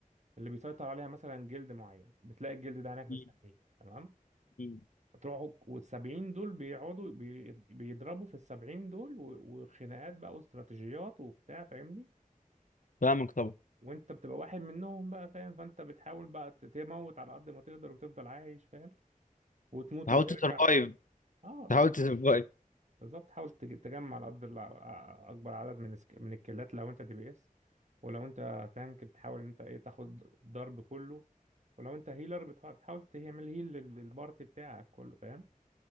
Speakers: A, on the right (about 55°); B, on the left (about 65°).
A: اللي بيسيطر عليها مثلا جلد معين بتلاقي الجلد ده هناك
B: مم.
A: مستنيك تمام
B: مم.
A: تروحوا والسبعين دول بيقعدوا بي- بيضربوا في السبعين دول و- وخناقات بقى واستراتيجيات وبتاع فاهمني
B: فاهمك طبعا
A: وانت بتبقى واحد منهم بقى فاهم فانت بتحاول بقى ت- تموت على قد ما تقدر وتفضل عايش فاهم وتموت
B: تحاول
A: وترجع
B: تسرفايف
A: فاهم اه
B: تحاول
A: ب-
B: تسرفايف
A: بالظبط حاول تج- تجمع على قد الع- ع- اكبر عدد من السك... من الكيلات لو انت دي بي اس ولو انت تانك بتحاول ان انت ايه تاخد الضرب كله ولو انت هيلر بتح- بتحاول تعمل هيل لل- للبارت بتاعك كله فاهم